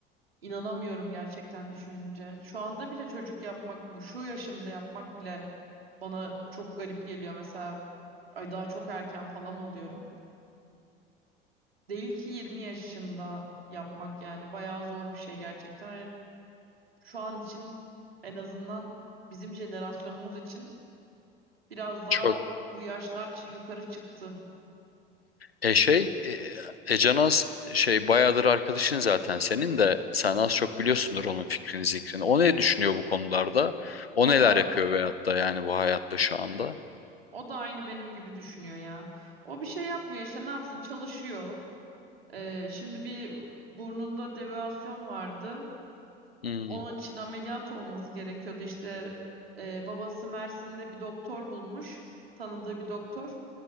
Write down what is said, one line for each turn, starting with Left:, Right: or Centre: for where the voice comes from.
Right: İnanamıyorum gerçekten düşününce. Şu anda bile çocuk yapmak bu şu yaşımda yapmak bile bana çok garip geliyor. Mesela ay daha çok erken falan oluyorum. Değil ki 20 yaşında yapmak yani bayağı zor bir şey gerçekten. Şu an için en azından bizim jenerasyonumuz için Biraz daha
Left: Çok
Right: bu yaşlar ç- yukarı çıktı.
Left: e şey e, e, şey bayağıdır arkadaşın zaten senin de sen az çok biliyorsundur onun fikrini zikrini. O ne düşünüyor bu konularda? O
Right: O
Left: neler
Right: da
Left: yapıyor veyahut da yani bu hayatta şu anda?
Right: o da aynı benim gibi düşünüyor ya. O bir şey yapmıyor işte ne yapsın çalışıyor. Ee, şimdi bir burnunda devasyon vardı.
Left: Hmm,
Right: Onun için ameliyat olması gerekiyordu. İşte e, babası Mersin'de bir doktor bulmuş. Tanıdığı bir doktor.